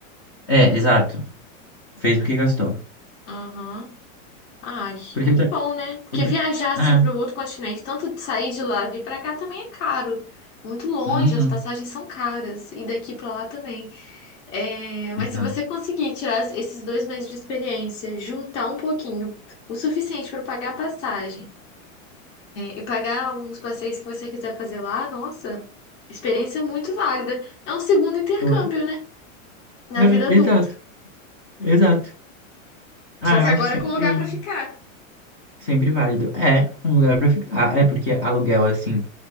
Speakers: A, on the left; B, on the left.
A: É, exato. Fez o que gastou.
B: Aham. Ai,
A: Porque o tra-
B: bom, né? Porque
A: o tra-
B: viajar assim
A: É,
B: para o outro continente, tanto de sair de lá e vir para cá também é caro. Muito longe,
A: uhum,
B: as passagens são caras. E daqui para lá também. É, mas
A: exato.
B: se você conseguir tirar esses dois meses de experiência, juntar um pouquinho, o suficiente para pagar a passagem E pagar uns passeios que você quiser fazer lá, nossa, experiência muito válida. É um segundo intercâmbio,
A: Não é?
B: né? Na
A: É,
B: vida adulta.
A: exato, exato. Ah,
B: Só que
A: eu acho
B: agora
A: sempre.
B: é com lugar pra ficar.
A: Sempre válido. É um lugar pra ficar. Ah, É porque aluguel, assim,